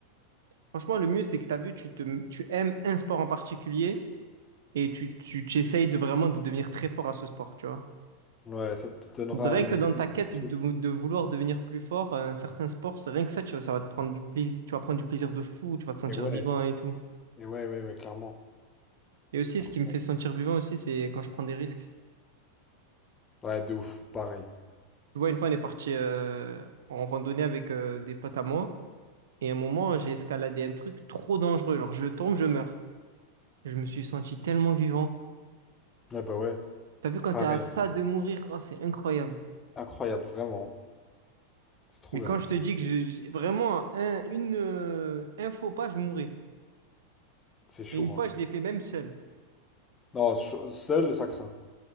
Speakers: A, on the right; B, on the left.
A: Franchement, le mieux, c'est que tu as vu, tu te, tu aimes un sport en particulier et tu, tu, tu essayes de vraiment de devenir très fort à ce sport, tu vois.
B: Ouais, ça te donnera
A: Rien
B: une
A: que dans
B: vie
A: ta quête
B: motrice.
A: de, vou- de vouloir devenir plus fort, à un certain sport, c'est rien que ça, tu vois, ça va te prendre du plaisir, tu vas prendre du plaisir de fou, tu vas te sentir
B: Et ouais,
A: vivant et tout.
B: et ouais, ouais, ouais, clairement.
A: Et aussi, ce
B: Incroyable.
A: qui me fait sentir vivant aussi, c'est quand je prends des risques.
B: Ouais, de ouf, pareil.
A: Tu vois, une fois, on est parti euh, en randonnée avec euh, des potes à moi. Et à un moment, j'ai escaladé un truc trop dangereux. Genre, je tombe, je meurs. Je me suis senti tellement vivant.
B: Ouais, bah ouais,
A: T'as vu quand
B: pareil.
A: t'es à ça de mourir, oh, c'est incroyable.
B: Incroyable, vraiment. C'est trop
A: Mais
B: bien.
A: quand je te dis que je, j'ai- vraiment, un, une, euh, un faux pas, je mourrais.
B: C'est chaud,
A: Et une fois,
B: hein.
A: je l'ai fait même seul.
B: Non, ch- seul, ça craint.